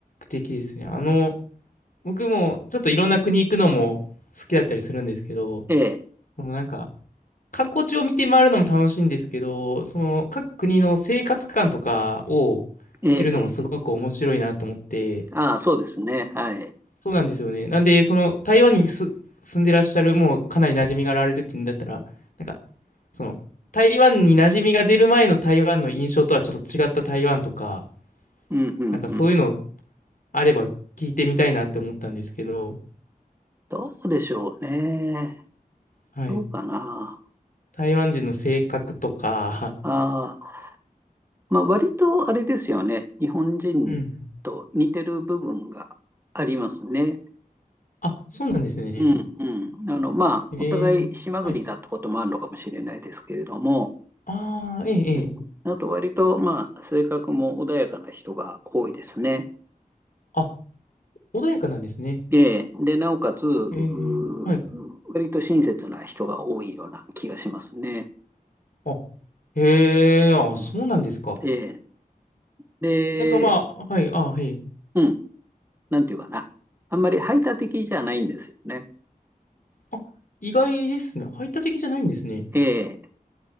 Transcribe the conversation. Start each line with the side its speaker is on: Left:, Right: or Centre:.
Left: 的ですね。あの、僕もちょっといろんな国行くのも好きだったりするんですけど、
Right: ええ、
Left: そのなんか観光地を見て回るのも楽しいんですけど、その各国の生活感とかを知るのもすごく面白いなと思って、
Right: ええ、えああ、そうですね。はい。
Left: そうなんですよね。なんで、その台湾にす住んでらっしゃる、もうかなり馴染みがあられるっていうんだったら、なんか、その台湾に馴染みが出る前の台湾の印象とはちょっと違った台湾とか、
Right: うん、うん、
Left: なんかそういうの
Right: うん。
Left: あれば聞いてみたいなって思ったんですけど、
Right: どうでしょうね。
Left: はい。
Right: どうかな。
Left: 台湾人の性格とか、
Right: ああ、まあ、割とあれですよね。日本人と似てる部分がありますね。
Left: うん。あ、そうなんですね。
Right: うん、うん。あの、まあ、
Left: えー、
Right: お互い島国だってこともあるのかもしれないですけれども、
Left: はい。ああ、ええ、ええ。
Right: うん、あと割と、まあ、性格も穏やかな人が多いですね。
Left: あ、穏やかなんですね。
Right: で、で、なおかつ、うー割と親切な人が多いような気がしますね。
Left: えー、はい。あ、へえ、あ、そうなんですか。
Right: うんええで、
Left: なんかまあ、はい、あ、はい。
Right: うん、なんていうかな。あんまり排他的じゃないんですよね。
Left: あ、意外ですね。排他的じゃないんですね。
Right: ええ、